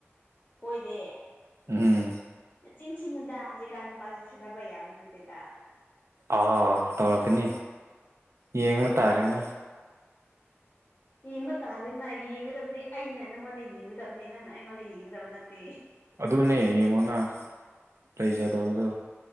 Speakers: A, on the left; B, on the right.
A: ꯀꯣꯏꯗꯦ
B: ꯎꯝ
A: ꯆꯤꯟ ꯊꯤꯅꯨꯗ ꯍꯧꯖꯤꯛꯀꯥꯟ ꯅꯨꯄꯥꯁꯦ ꯊꯥꯖꯕ ꯌꯥꯕ ꯅꯠꯇꯦꯗ
B: ꯑꯥ ꯇꯧꯔꯛꯀꯅꯤ ꯌꯦꯡꯕ ꯇꯥꯔꯦꯅꯦ
A: ꯌꯦꯡꯕ ꯇꯥꯔꯦꯅ ꯌꯦꯡꯒꯗꯕꯗꯤ ꯑꯩꯅ ꯅꯪꯉꯣꯟꯗ ꯌꯦꯡꯒꯗꯕꯅꯤ ꯅꯪꯅ ꯑꯩꯉꯣꯟꯗ ꯌꯦꯡꯒꯗꯕ ꯅꯠꯇꯦ
B: ꯑꯗꯨꯅꯦ ꯌꯦꯡꯉꯣꯅ ꯂꯩꯖꯗꯕꯗꯣ